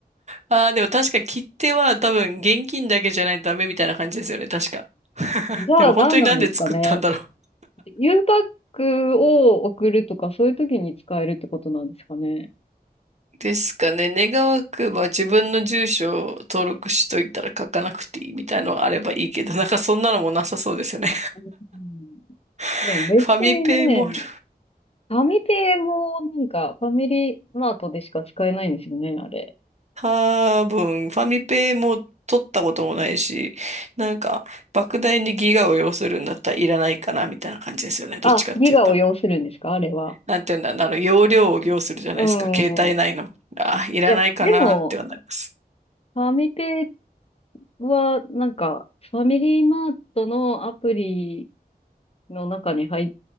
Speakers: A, on the right; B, on the left.
A: あー、でも確か切手は多分現金だけじゃないとダメみたいな感じですよね。確か。<laughs>
B: じゃあ何なんですかね。
A: でも本当になんで作ったんだろう。
B: U パックを送るとか、そういう時に使えるってことなんですかね。
A: ですかね。願わくば自分の住所を登録しといたら書かなくていいみたいのがあればいいけど、なんかそんなのもなさそうですよね。
B: うん、
A: <laughs>
B: でも別にね、
A: ファミペイもある
B: ファミペイもなんか、ファミリーマートでしか使えないんですよね、あれ。
A: 多分、ファミペも取ったこともないし、なんか、莫大にギガを要するんだったらいらないかな、みたいな感じですよね。どっちかっていうと。
B: あ、ギガを要するんですかあれは。
A: なんていうんだ、あの、容量を要するじゃないですか。
B: うん。
A: 携帯内の。あ、いらないかなってはなります。
B: いや、でも、ファミペイは、なんか、ファミリーマートのアプリの中に入っ